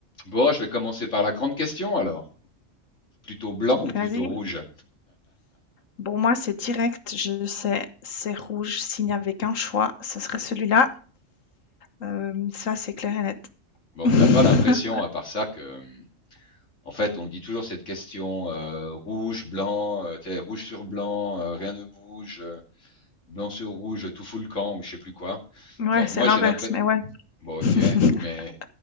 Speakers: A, on the left; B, on the left.
A: Bon, je vais commencer par la grande question alors. Plutôt blanc ou plutôt
B: Vas-y.
A: rouge?
B: Bon, moi, c'est direct, je sais, c'est rouge. S'il n'y avait qu'un choix, ce serait celui-là. Euh, ça, c'est clair et net.
A: Bon,
B: <laughs>
A: t'as pas l'impression, à part ça, que, hum, en fait, on dit toujours cette question euh, rouge, blanc, euh, tu sais, rouge sur blanc, euh, rien ne bouge, euh, blanc sur rouge, tout fout le camp, ou je sais plus quoi.
B: Ouais,
A: Mais
B: c'est
A: moi,
B: l'inverse,
A: j'ai l'impression.
B: mais ouais.
A: Bon,
B: <laughs>
A: ok, mais